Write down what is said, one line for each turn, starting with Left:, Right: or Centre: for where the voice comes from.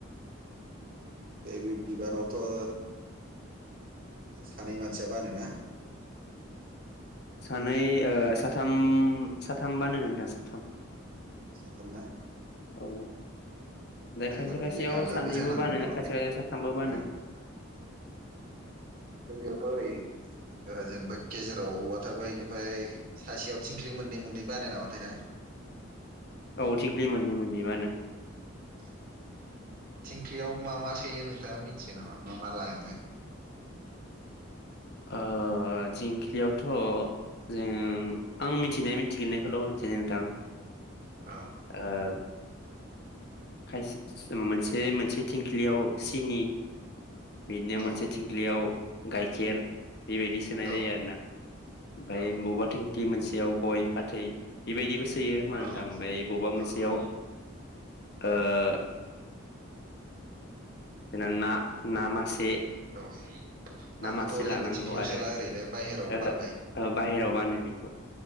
Right: बे बिबानावथ' ओ सानै मानसिया बानोना।
Left: सानै
Right: बिब्दि
Left: साथाम साथामबानो नोंथां साथाम।
Right: साथामना।
Left: औ।
Right: जायगा
Left: खायसे
Right: लायै
Left: खायसेयाव
Right: जायगा आलदाबो
Left: सानैबो
Right: जानो हागौ
Left: बानो
Right: नामाथाय
Left: खायसे खायसेयाव साथामबो बानो
Right: ओम। जोंनियावथ' ओरै जेनेबा गेजेराव औवा थाबाय। ओमफ्राय सासेयाव थिंख्लि मोननै मोननै बानाय नामाथाय ना?
Left: औ थिंख्लि मोननै मोननै
Right: <unintelligible>
Left: बानो
Right: <inaudible> थिंख्लियाव मा मा सोयो नोंथाङा मिथियो नामा मा मा लाङो? <inaudible> <unintelligible>
Left: ओ थिंख्लियावथ' जोङो आं मिथिनाय मिथिनायखौल' होनसै नोंथां।
Right: औ
Left: ओह। खायसे म मोनसे बे मोनसे थिंख्लियाव सिनि बिदिनो
Right: औ
Left: मोनसे थिंख्लियाव गाइखेर बेबायदि सोनाय
Right: औ
Left: जायो आरो ना ओमफ्राय
Right: औ
Left: बबावबा थिंखि मोनसे याव गय फाथै बेबायदिबो सोयो मा
Right: औ
Left: नोंथां ओमफ्राय बबेबा मोनसेयाव
Right: औ
Left: ओह ज ना ना मासे
Right: औ नाखौथ'
Left: नामासे
Right: जेनेबा
Left: लानांगौ
Right: थिंख्लियाव
Left: आरो
Right: सोला ओरैनो बाहेराव
Left: ओहो
Right: बानबाय
Left: बाहेराव बानायनायखौ।